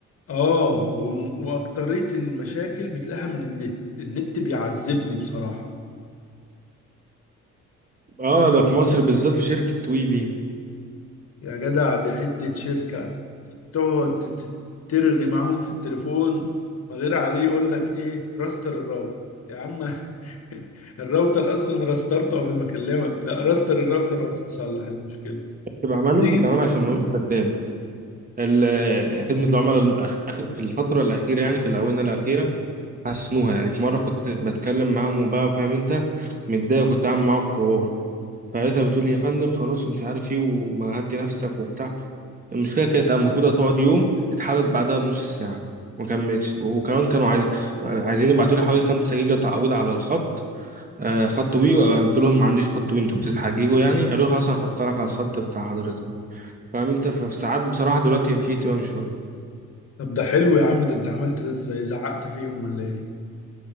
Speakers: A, on the left; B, on the right.
A: اه و... واكترية المشاكل بتلاقيها من النت النت بيعذبني بصراحة
B: اه ده في مصر بالذات في شركة وي دي
A: يا جدع دي حتة شركة تقعد ت- ت- ترغي معاهم في التليفون من غير عليه يقول لك ايه راستر الراوتر يا عم <laughs> الراوتر اصلا راسترته قبل ما اكلمك لا راستر الراوتر وهتتصلح المشكله
B: تبقى معانا
A: تيجي
B: ده انا عشان ما اقولش كذاب ال- خدمة العملاء الم- أخ- أخ- في الفترة الأخيرة يعني في الآونة الأخيرة حسنوها يعني في مرة كنت بتكلم معاهم وبقى فاهم انت متضايق كنت عامل معاهم حوار فلقيتها بتقول لي يا فندم خلاص ومش عارف ايه وما هدي نفسك وبتاع المشكلة كانت المفروض هتقعد يوم اتحلت بعدها بنص ساعة ما كملتش وكمان كانوا عايز... عايزين يبعتوا لي حوالي 5 جيجا تعويض على الخط آه خط وي قلت لهم ما عنديش خط وي انتوا بتتحججوا يعني قالوا لي خلاص هنحط لك على الخط بتاع حضرتك فاهم انت ففي ساعات بصراحة دلوقتي في اهتمام شوية
A: طب ده حلو يا عم ده انت عملت ده ازاي زعقت فيهم ولا ايه